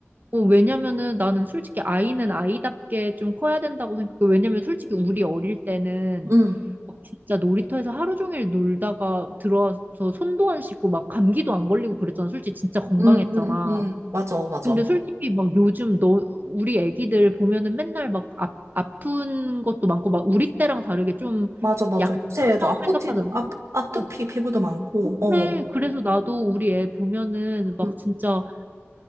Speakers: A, on the right; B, on the right.
A: 어, 왜냐면은 나는 솔직히 아이는 아이답게 좀 커야 된다고 생각해. 왜냐면 솔직히 우리 어릴 때는
B: 응.
A: 막 진짜 놀이터에서 하루 종일 놀다가 들어와서 손도 안 씻고 막 감기도 안 걸리고 그랬잖아. 솔직히 진짜 건강했잖아.
B: 응응응 맞아, 맞아.
A: 근데 솔직히 막 요즘 너 우리 애기들 보면은 맨날 막 아, 아픈 것도 많고 막 우리 때랑 다르게 좀
B: 맞아, 맞아.
A: 약하다고
B: 요새 애들 아포티도,
A: 생각하잖아.
B: 아, 아토피
A: 어,
B: 피부도 많고,
A: 어,
B: 어.
A: 그래. 그래서 나도 우리 애 보면은 막
B: 응
A: 진짜